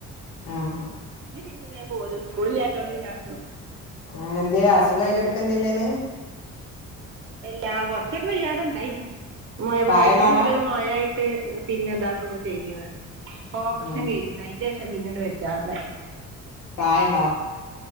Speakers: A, on the left; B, on the right.
A: ആഹ് ആഹ്
B: ഇനി വേ പോരു സ്കൂളില്ലാത്തോട്ട് പിന്നെ അവിടെന്ന്
A: ആ എന്തേ അസുഖായി കെട്ക്കാ എന്തേലേന്ന്
B: എല്ലാ കൊറച്ചൊക്കെ വയ്യാതണ്ടായിരുന്നു
A: പ്രായമുള്ള
B: വയ്യറ്റിന്റെ
A: ആളാ
B: ഒളിൽ ഒരു മഴാആയിട്ട് പിന്നെ ന്താക്കൊ കേ ചെയ്തതാ ഓപ്പറേഷം
A: ഉം
B: ചെയ്തതാ അയ്ന്റെ റ്റ മിന്നെണ്ട് വച്ചാതായി
A: പ്രായം ഉണ്ടോ